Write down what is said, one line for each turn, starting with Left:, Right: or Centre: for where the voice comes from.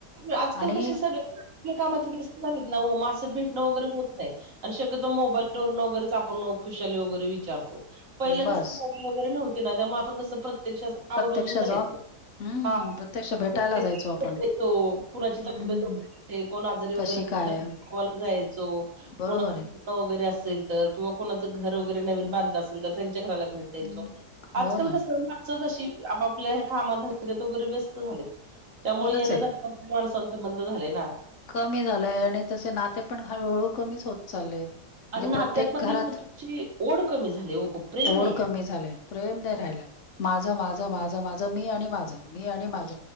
Right: आजकाल
Left: आणि
Right: कसे सगळ आपापल्या कामात बिझी असता त ना हो. म आस भेटणं वगैरे होत नाही. आणि शकतो मोबाईल वरन, वगेरेच आपण खुशाली वगैरे विचारतो. पहिलं
Left: बस
Right: कसं मोबाईल वगैरे नव्हत? ना, त्यामुळे आपण कसं प्रत्यक्ष आस
Left: प्रत्यक्ष
Right: आवर्जून जायचो.
Left: जाऊन हम्म
Right: हा
Left: प्रत्यक्ष भेटायला
Right: प्रत्यक्ष
Left: जायचो आपण.
Right: भेटायचो, कुणाची
Left: हम्म
Right: तब्येत वगैरे बरी नसते, कोण आजारीे वगैरे
Left: कशी
Right: असले
Left: काय आहे?
Right: बोलवायला जायचो,
Left: बरोबर
Right: कोण <unintelligible>
Left: आहे.
Right: तरी, असेल तर किंवा कोणाचं घर वगैरे नवीन बांधलं असेल तर त्यांच्या घराला भेट द्यायचो.
Left: हम्म हो
Right: आजकाल कस हाय ना? च कशी आपापल्या कामा धंद्यात वगेरे व्यस्त झालेत? त्यामुळे
Left: खरंच
Right: येन
Left: आहे.
Right: जाण माणसाच बंद झालय ना.
Left: कमी झालंय आणि तसे नाते पण हळूहळू कमीच होत चाललेत. म्हणजे
Right: आणि नात्यांमधली
Left: प्रत्येक घरात
Right: महत्वाची ओढ कमी झाली ओ. प्रेम
Left: ओढ
Right: नाही
Left: कमी झालेए, प्रेम नाही. ऱ्हायला, माझं- माझं- माझ -माझं, मी आणि माझं, मी आणि माझ.